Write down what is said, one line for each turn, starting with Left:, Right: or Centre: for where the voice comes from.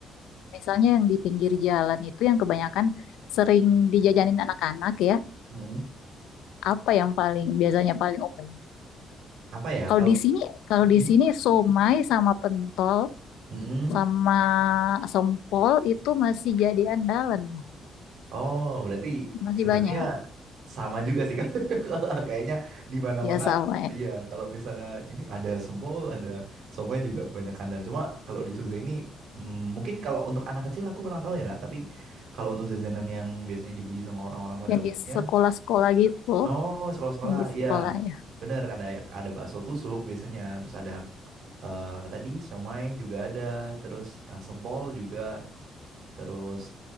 Left: misalnya yang di pinggir jalan itu yang kebanyakan sering dijajanin anak-anak ya.
Right: mm
Left: Apa yang paling biasanya paling umum?
Right: Apa ya
Left: Kalau
Right: kalau
Left: di sini, kalau
Right: Mm-mm.
Left: di sini somai sama pentol
Right: Mm-mm.
Left: sama sempol itu masih jadi andalan, Bu.
Right: Oh, berarti
Left: masih
Right: sebenarnya
Left: banyak
Right: sama juga sih Kak. <laughs> Kayaknya di mana-mana
Left: ya sama ya.
Right: iya kalau misalnya ini ada sempol, ada semuanya juga banyak kandang. Cuma kalau di Jogja ini mm, mungkin kalau untuk anak kecil aku kurang tahu ya Kak, tapi kalau untuk jajanan yang biasanya dibeli sama orang-orang pada
Left: Yang
Right: umumnya,
Left: di sekolah-sekolah gitu,
Right: oh sekolah-sekolah,
Left: yang di sekolah
Right: iya.
Left: ya.
Right: Bener ada ya, ada bakso tusuk biasanya, terus ada eh, tadi siomay juga ada, terus eh, sempol juga. Terus